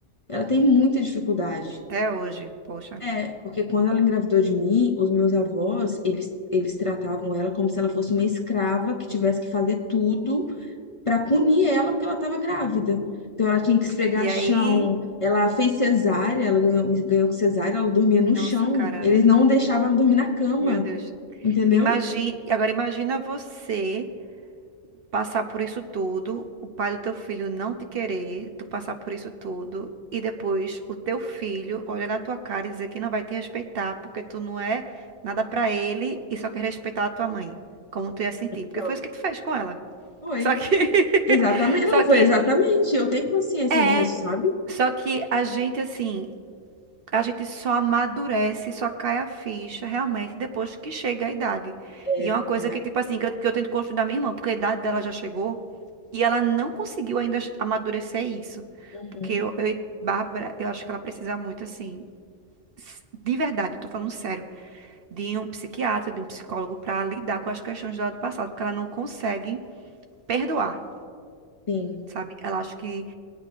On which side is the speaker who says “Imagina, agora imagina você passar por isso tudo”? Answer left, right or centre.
Right